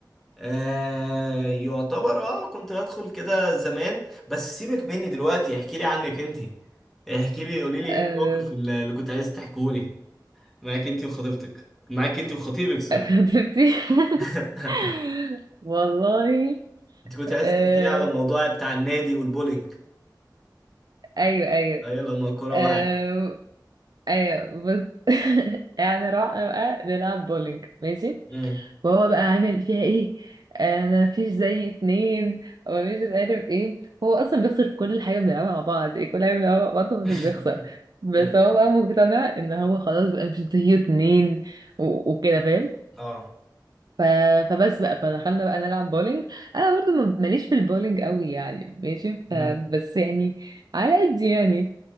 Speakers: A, in the centre; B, on the right.
A: آه يعتبر اه كنت بدخل كده زمان بس سيبك مني دلوقتي احكي لي عنك انت احكي لي قولي لي ايه
B: يعني
A: الموقف اللي اللي كنت عايز تحكيه لي معاك انت وخطيبتك معاك انت وخطيبك سوري
B: خطيبتي
A: <laughs>
B: <laughs> والله
A: انت كنت
B: آه...
A: عايز تحكي لي على موضوع بتاع النادي والبولينج
B: ايوه ايوه
A: ايوه لما الكوره
B: آه...
A: وقعت
B: ايوه بس <laughs> يعني رحنا بقى نلعب بولينج ماشي
A: مم.
B: وهو بقى عامل فيها ايه انا مفيش زي اتنين ومفيش مش عارف ايه هو اصلا بيخسر في كل حاجه بنلعبها مع بعض إيه، كل حاجه بنلعبها مع بعض هو اللي
A: <laughs>
B: بيخسر بس
A: مم.
B: هو بقى مقتنع ان هو خلاص بقى مش زي اتنين و- وكده فاهم
A: اه
B: ف... فبس بقى فدخلنا بقى نلعب بولينج انا برضو ما- ماليش في البولينج قوي يعني ماشي
A: مم.
B: ف... بس يعني على قد يعني